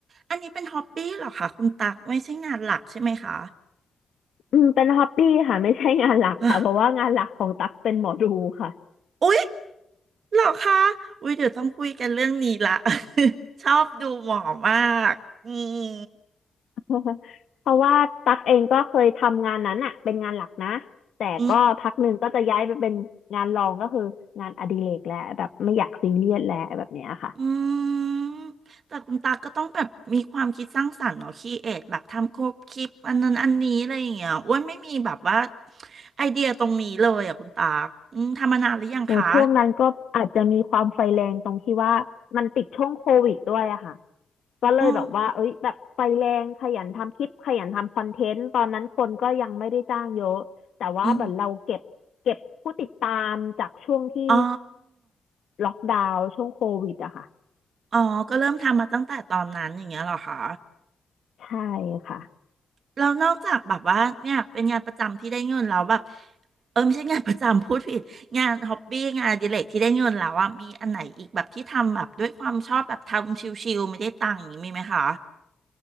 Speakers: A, on the right; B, on the left.
A: อันนี้เป็นฮอบบี้เหรอคะคุณตักไม่ใช่งานหลักใช่ไหมคะ
B: อืมเป็นฮอบบี้ค่ะ <laughs> ไม่ใช่งานหลักค่ะเพราะว่างานหลักของตั๊กเป็นหมอดูค่ะ
A: อ่ะ <gasps> อุ๊ยเหรอคะอุ๊ยเดี๋ยวต้องคุยกันเรื่องนี้ละ <laughs> ชอบดูหมอมากอืม
B: <laughs> เพราะว่าตั๊กเองก็เคยทำงานนั้นอ่ะเป็นงานหลักนะแต่ก็พักหนึ่งก็จะย้ายไปเป็นงานรองก็คืองานอดิเรกแล้วแบบไม่อยากซีเรียสแล้วแบบเนี้ยค่ะ
A: อืมอืมแต่คุณตาก็ต้องแบบมีความคิดสร้างสรรค์เนาะครีเอทแบบทำครบคลิปอันนั้นอันนี้อะไรอย่างเงี้ยอ้วนไม่มีแบบว่าไอเดียตรงนี้เลยอ่ะคุณตักอืมทำมานานหรือยังคะ
B: โหช่วงนั้นก็อาจจะมีความไฟแรงตรงที่ว่ามันติดช่วงโควิดด้วยอะค่ะก็เลยแบบว่าเอ้ยแบบไฟแรงขยันทำคลิปขยันทำคอนเทนต์ตอนนั้นคนก็ยังไม่ได้จ้างเยอะแต่ว่าเหมือนเราเก็บเก็บผู้ติดตามจากช่วงที่
A: อ๋ออืมอ๋อ
B: ล็อกดาวน์ช่วงโควิดอะค่ะ
A: อ๋อ ก็เริ่มทำมาตั้งแต่ตอนนั้นอย่างเงี้ยเหรอคะ
B: ใช่ค่ะ
A: แล้วนอกจากแบบว่าเนี่ยเป็นงานประจำที่ได้เงินแล้วแบบเออไม่ใช่งานประจำพูดผิดงานฮ็อบบี้งานอดิเรกที่ได้เงินแล้วอ่ะมีอันไหนอีกแบบที่ทำแบบด้วยความชอบแบบทำชิลๆไม่ได้ตังค์อย่างนี้มีไหมคะ